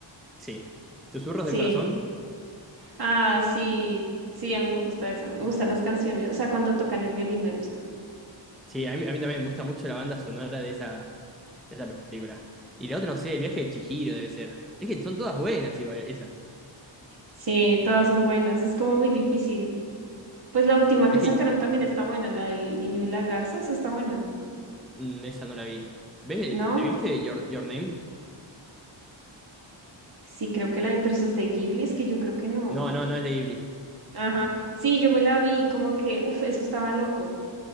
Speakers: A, in the centre; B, on the right (about 55°).
A: Sí. Susurros
B: Sí.
A: del corazón.
B: Ah, sí. Sí, a mí me gusta esa. Me gustan las canciones. O sea, cuando tocan el violín me gusta.
A: Sí, a mí, a mí también me gusta mucho la banda sonora de esa, de esa película. Y la otra, no sé, El viaje de Chihiro debe ser. Es que son todas buenas igual, esas.
B: Sí, todas son buenas. Es como muy difícil. Pues la última
A: Es
B: que
A: que
B: sacaron también está buena, la del niño y la garza, esa está buena,
A: mm, esa no la vi. ¿Ves?
B: ¿no?
A: ¿Te viste Your, Your Name?
B: Sí, creo que la de presas de Ghibli, es que yo creo que no.
A: No, no, no es de Ghibli.
B: Ajá, sí, yo me la vi, como que, uff, eso estaba loco.